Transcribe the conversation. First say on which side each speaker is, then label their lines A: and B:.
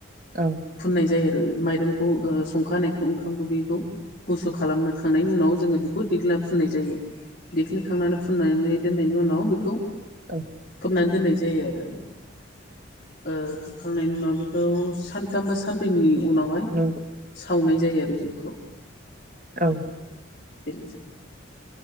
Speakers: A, on the right; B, on the left.
A: औ
B: फुननाय जायो। ओ माइरंखौ ओ संखानायखौ ओंखाम बेखौ गुसु खालामना खांनायनि उनाव जोङो बेखौ दिग्लिना फुननाय जायो देग्लिखांनानै फुननानै दोननायनि उनाव बेखौ
A: औ
B: खोबनानै दोननाय जायो आरो ओ खोबखांनायनि उनाव बेखौ सानथाम बा सानब्रैनि उनावहाय सो
A: नंगौ
B: सावनाय जायो आरो जौखौ
A: औ
B: <unintelligible>